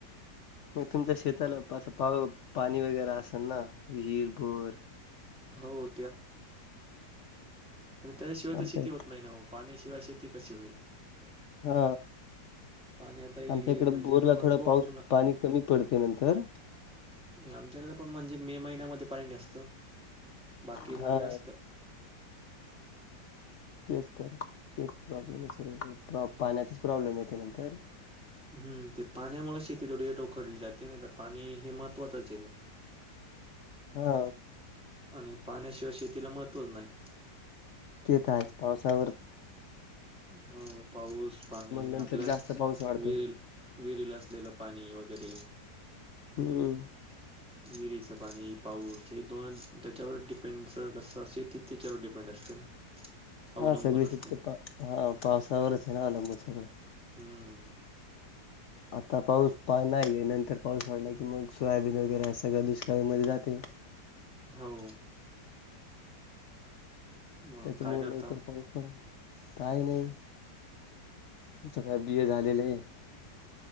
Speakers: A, on the left; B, in the centre.
A: म तुमच्या शेताला पा पा पाणी वगैरे असेल ना विहीर, बोर
B: हो त्याच्याशिवाय
A: आमच्या
B: तर शेती होत नाही ना पाणी शि <unintelligible> शेती कशी होईल?
A: हा
B: पाणी आता हे
A: आमच्या इकडे
B: म्हणजे
A: बोरला
B: महत्त्वपूर्ण
A: थोडा पाऊस पाणी कमी पडते नंतर
B: आमच्याकडे पण म्हणजे मे महिन्यामध्ये पाणी न असतो. बाकी
A: हा
B: मध्ये असत.
A: तेच तर तेच प्रॉब्लेम आहेत सगळी कड पा-पाण्याचा प्रॉब्लेम येते नंतर.
B: हम्म ते पाण्यामुळ शेती थोडी रोखडली जाते नाही तर पाणी हे महत्त्वाचचे हे.
A: हा
B: आणि पाण्याशिवाय शेतीला महत्त्वच नाही.
A: तेेत आहेच पावस. <inaudible>
B: हो, पाऊस पाणी
A: नंतर
B: आपल्या
A: जास्त पाऊस वाढतो.
B: विहिर विहिरीला असलेलं पाणी वगैरे.
A: हम्म.
B: विरीचं पाणी पाऊस हे दोन त्याच्यावर डिपेंड सगस अस शेती त्याच्यावर डिपेंड असते ना. अवलंबून
A: हा सगळी
B: असते
A: शेती पा ह पावसावरच आहे ना अलंबून सगळं.
B: हम्म
A: आता पाऊस पा नाहीय नंतर पाऊस पडला, की मग सोयाबीन वगैरे सगळं दुष्काळीमध्ये जाते.
B: हो मग
A: त्याच्यामुळ
B: काय करता?
A: लवकर पाऊस पडा. काही नाही. आमच काय बि. ए. झालेलं आहे.